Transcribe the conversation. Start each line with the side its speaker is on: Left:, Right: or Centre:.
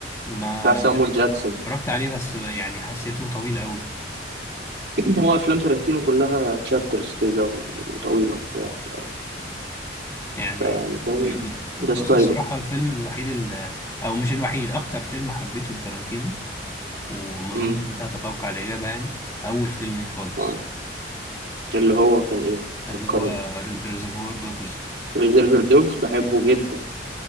Left: ما
Right: بتاع سامويل جاكسون
Left: اتفرجت عليه بس يعني حسيته طويل قوي
Right: هو افلام تارانتينو كلها تشابترز كده و- وطويله وبتاع ف-
Left: يعني
Right: فيعني فاهم
Left: م- م-
Right: ده ستايله
Left: بص الصراحة الفيلم الوحيد ال- أو مش الوحيد أكتر فيلم حبيته لتارانتينو وما أظنش
Right: امم
Left: أنت هتتوقع الإجابة يعني أول فيلم ليه خالص
Right: اه اللي هو كان ايه
Left: اللي
Right: فكرني
Left: هو ريزرفوار دوجز
Right: ريزيرفر دوجز بحبه جدا